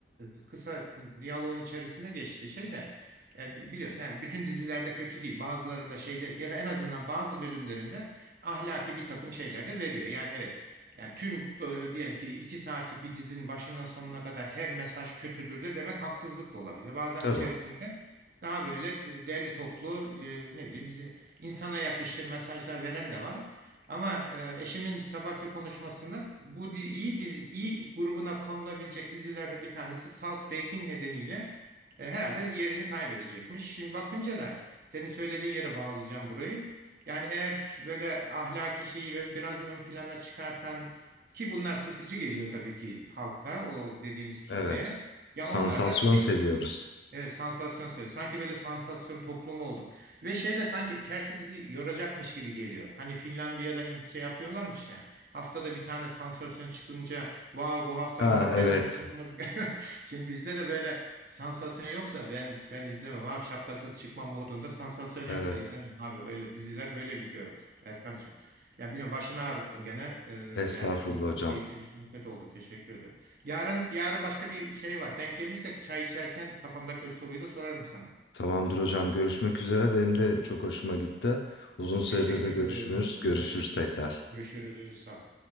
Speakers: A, on the right (about 55°); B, on the left (about 75°).
A: e, kısa diyaloğun içerisinde geçti şey de e, bi- biliyorsun yani bütün dizilerde kötü değil. Bazılarında şeyde ya da en azından bazı bölümlerinde ahlaki bir takım şeyler de veriyor. Yani evet yani tüm e, diyelim ki iki saatlik bir dizinin başından sonuna kadar her mesaj kötüdür de demek haksızlık da olabilir. Bazen
B: Tabii.
A: içerisinde daha böyle de- derli toplu e, ne bileyim bizi insana yakışır mesajlar veren de var. Ama e, eşimin sabahki konuşmasında bu di- iyi dizi, iyi grubuna konulabilecek dizilerden bir tanesi salt rating nedeniyle e, herhalde yerini kaybedecekmiş. Şimdi bakınca da senin söylediğin yere bağlayacağım burayı. Yani eğer böyle ahlaki şeyi ön- biraz ön plana çıkartan ki bunlar sıkıcı geliyor tabii ki halka, o dediğimiz kitleye.
B: Evet.
A: Ya
B: Sansasyon
A: onlar da şey
B: seviyoruz.
A: Evet sansasyon seviyor. Sanki böyle sansasyon toplumu olduk. Ve şey de sanki tersi bizi yoracakmış gibi geliyor. Hani Finlandiya'da in- şey yapıyorlarmış ya. Haftada bir tane sansasyon çıkınca vav bu haftanın
B: Ha
A: haberlerini
B: evet.
A: kurtardık. <laughs> Şimdi bizde de böyle sansasyon yoksa ben ben izlemem abi şapkasız çıkmam modunda sansasyon yoksa
B: Evet.
A: izlemem abi. Öyle diziler böyle gidiyor Erkancığım. Ya bilmiyorum başını ağrıttım gene. Ee,
B: Estağfurullah
A: yani key-
B: hocam.
A: keyifli bir sohbet oldu. Teşekkür ederim. Yarın yarın başka bir şey var. Denk gelirsek çay içerken kafamdaki o soruyu da sorarım sana.
B: Tamamdır hocam. Görüşmek üzere. Benim de çok hoşuma gitti. Uzun süredir
A: Teşekkür
B: de görüşmüyoruz.
A: ediyorum.
B: Görüşürüz tekrar.
A: Görüşürüz. Sağ ol.